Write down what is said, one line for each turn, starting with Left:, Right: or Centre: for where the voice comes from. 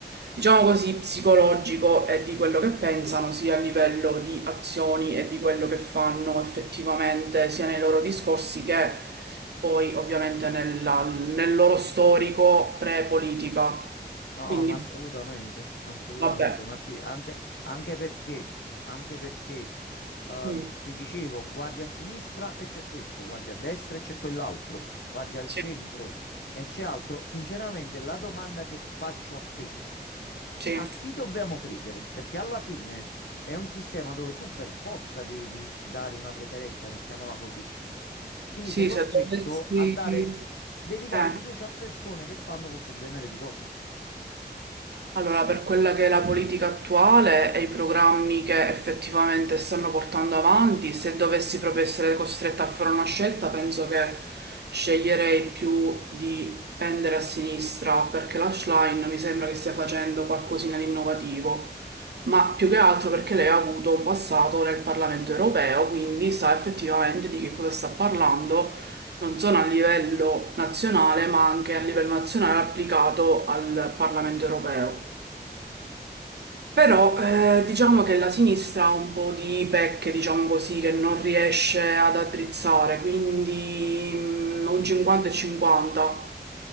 Right: diciamo così, psicologico e di quello che pensano, sia a livello di azioni e di quello che fanno effettivamente, sia nei loro discorsi che poi ovviamente nella- nel loro storico pre-politica.
Left: No,
Right: Quindi,
Left: ma assolutamente, ma assolutamente,
Right: vabbè.
Left: Martì, anche, anche perché, anche perché eh,
Right: Mm.
Left: ti dicevo, guardi a sinistra e c'è questo, guardi a destra e c'è quell'altro, guardi al
Right: Sì,
Left: centro e c'è altro. Sinceramente, la domanda che faccio a te,
Right: sì,
Left: a chi dobbiamo credere? Perché alla fine è un sistema dove tu per forza devi dare una preferenza, mettiamola così. Quindi
Right: sì,
Left: sei costretto
Right: se dovessi...
Left: a dare, devi dare
Right: Eh.
Left: fiducia a persone che fanno questo genere di cose.
Right: Allora, per quella che è la politica attuale e i programmi che effettivamente stanno portando avanti, se dovessi proprio essere costretta a fare una scelta, penso che sceglierei più di pendere a sinistra perché la Schlein mi sembra che stia facendo qualcosina di innovativo, ma più che altro perché lei ha avuto un passato nel Parlamento europeo, quindi sa effettivamente di che cosa sta parlando, non solo a livello nazionale, ma anche a livello nazionale applicato al Parlamento europeo. Però eh, diciamo che la sinistra ha un po' di pecche, diciamo così, che non riesce ad addrizzare, quindi mm, un 50 e 50.